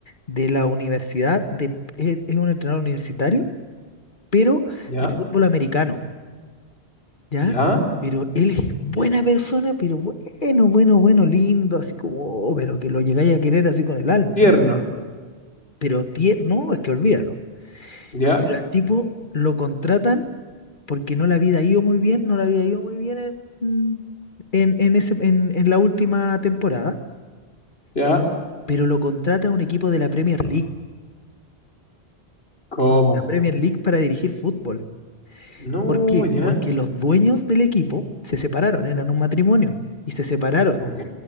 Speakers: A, on the left (about 50°); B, on the left (about 70°).
A: de la universidad, de, es, es un entrenador universitario, pero
B: ya,
A: de fútbol americano, ¿ya?
B: ya.
A: Pero él es buena persona, pero bueno, bueno, bueno, lindo, así como, oh, pero que lo llegáis a querer así con el alma,
B: Tierno.
A: pero tierno, no, es que olvídalo.
B: Ya,
A: Pero al tipo lo contratan porque no le había ido muy bien, no le había ido muy bien en, en, en, ese, en, en la última temporada.
B: ya.
A: y- pero lo contrata un equipo de la Premier League,
B: ¿Cómo?
A: la Premier League para dirigir fútbol.
B: No,
A: ¿Por qué?
B: ya.
A: Porque los dueños del equipo se separaron, eran un matrimonio y se separaron.
B: Ok.